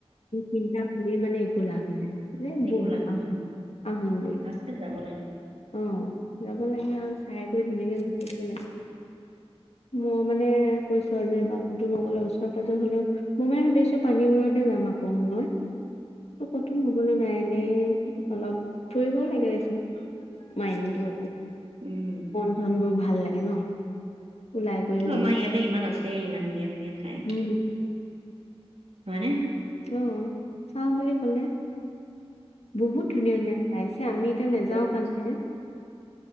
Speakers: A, on the left (about 80°); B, on the right (about 70°).
A: চিন্তা কৰি মানে কৈ লাভ নাই যে
B: একো
A: বলে,
B: লাভ
A: আহ,
B: নাই
A: আহোগে।
B: ফাৰ্ষ্টকে যাব লাগে।
A: অ', যাব লাগে আৰু চাই কৰি ধুনীয়াকে গুচি আহিব লাগে। মই মানে কৈছোঁ আৰু যে, বা ক'তো নগ'লা, ওচৰে-পাঁজৰে হ'লেও। মই, মানে, ভাবিছোঁ পানীমূৰতে যাম আকৌ মই অ', ক'তো নগ'লে নাই। সেয়ে অলপ ফুৰিবও লাগে দেচোন। মাইণ্ডটো,
B: উম
A: মন-চনবোৰ ভাল লাগে ন'? ওলাই কৰি গলে
B: আমাৰ ইয়াতে ইমান আছ চেই, ইমান ধুনীয়া ধুনীয়া ঠাই
A: উম,
B: হয়নে?
A: অ', চাওঁ বুলি ক'লে বহুত ধুনীয়া ধুনীয়া ঠাই আছে। আমি এতিয়া নাযাওঁ
B: বহুত
A: কাৰণেহে।
B: আছে